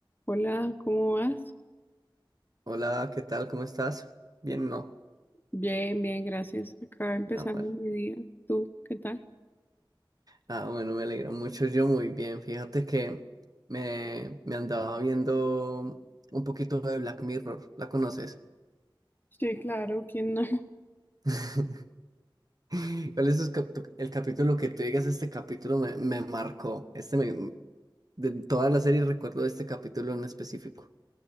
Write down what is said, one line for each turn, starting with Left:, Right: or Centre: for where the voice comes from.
Left: Hola, ¿cómo vas?
Right: Hola, ¿qué tal? ¿Cómo estás? Bien, no.
Left: Bien, bien, gracias. Acá empezando
Right: Ah, bueno,
Left: mi día. ¿Tú qué tal?
Right: Ah, bueno, me alegra mucho. Yo muy bien. Fíjate que me, me andaba viendo un poquito de Black Mirror. ¿La conoces?
Left: Sí, claro, ¿quién no? <laughs>
Right: <laughs> ¿Cuál es sus cap- tu- el capítulo que tú digas? Este capítulo me, me marcó. Este me- de toda la serie recuerdo este capítulo en específico.